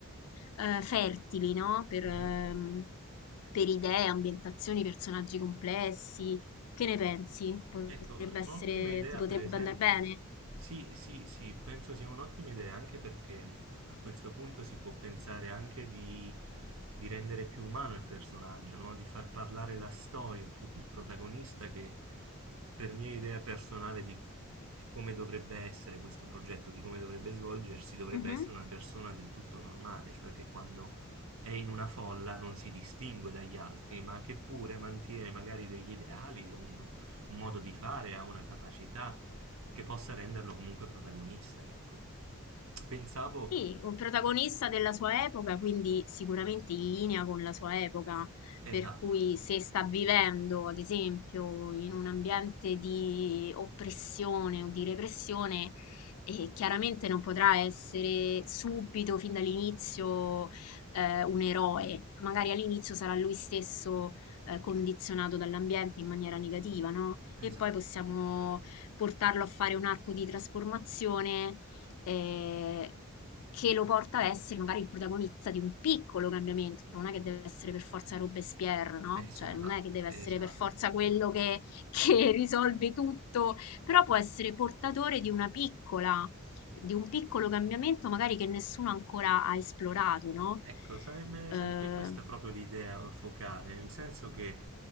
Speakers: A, on the left; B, on the right.
A: eh, fertili, no? Per,
B: Mhm.
A: ehm, per idee, ambientazioni, personaggi complessi. Che ne pensi? Potrebbe
B: Ecco,
A: essere,
B: un'ottima idea,
A: ti potrebbe
B: per esempio.
A: andare bene?
B: Sì, sì, sì, penso sia un'ottima idea anche perché a questo punto si può pensare anche di, di rendere più umano il personaggio, no? Di far parlare la storia più che il protagonista, che per mia idea personale di, di come dovrebbe essere questo progetto, di come dovrebbe svolgersi, dovrebbe
A: Mhm.
B: essere una persona del tutto normale, cioè che quando è in una folla non si distingue dagli altri, ma che pure mantiene magari degli ideali, un un modo di fare, ha una capacità che possa renderlo comunque protagonista, ecco. Pensavo,
A: Sì, un protagonista della sua epoca, quindi sicuramente in linea con la sua epoca,
B: esatto,
A: per cui se sta vivendo, ad esempio, in un ambiente di oppressione o di repressione, eh, chiaramente non potrà essere subito, fin dall'inizio, eh, un eroe. Magari all'inizio sarà lui stesso, eh, condizionato dall'ambiente in maniera negativa, no?
B: esatto,
A: E poi possiamo portarlo a fare un arco di trasformazione eh, che lo porta a essere magari il protagonista di un piccolo cambiamento, non è che deve essere per forza Robespierre, no?
B: esatto,
A: Cioè non è che deve
B: esatto.
A: essere per forza quello che, <laughs> che risolve tutto, però può essere portatore di una piccola, di un piccolo cambiamento magari che nessuno ancora ha esplorato, no?
B: Ecco, sarebbe,
A: Eh,
B: sarebbe questa proprio l'idea focale, nel senso che,